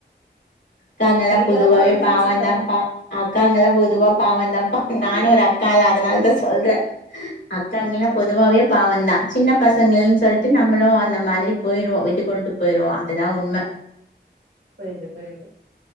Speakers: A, on the left; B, on the right.
A: காங்கல்லா
B: கைலா
A: பொதுவாவே
B: ஒடஞ்சிச்சுக்கா
A: பாவந்தாம்பா அக்காங்கல்லா பொதுவா பாவந்தாம்பா நானு ஒரு அக் கால அதனால தா சொல்றே அக்காங்கல்லா பொதுவாவே பாவொந்தா சின்ன பசங்ளன் சொல்ட்டு நம்மளு அந்த மாத்ரி போயிடுவோ விட்டு குடுத்து போயிருவோ அதுதா உண்ம
B: புரிது புரியிது